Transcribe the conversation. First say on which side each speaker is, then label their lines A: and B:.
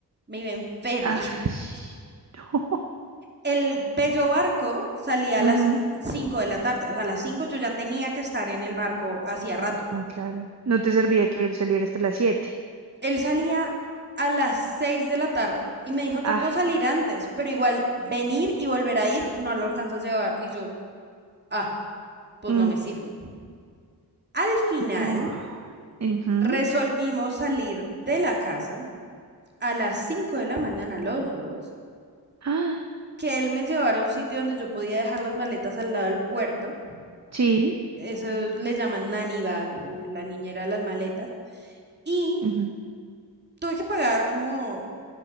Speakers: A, on the right; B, on the right.
A: me iba en ferry.
B: Ah,
A: <laughs>
B: sh- <laughs>
A: El bello barco salía
B: no.
A: a las 5 de la tarde, o sea, a las 5 yo ya tenía que estar en el barco hacía rato.
B: No, claro. No te servía que él saliera hasta las siete
A: Él salía a las 6 de la tarde y me dijo, yo
B: Ah,
A: puedo salir antes, pero igual venir y volver a ir no lo alcanzo a llevar. Y yo, ah, pues
B: mm,
A: no me sirve. Al final
B: no. Ujú.
A: resolvimos salir de la casa a las 5 de la mañana los dos,
B: Ah,
A: que él me llevara a un sitio donde yo podía dejar las maletas al lado del puerto,
B: sí.
A: eso le llaman nanny bag o la niñera de las maletas, y
B: ujú.
A: tuve que pagar como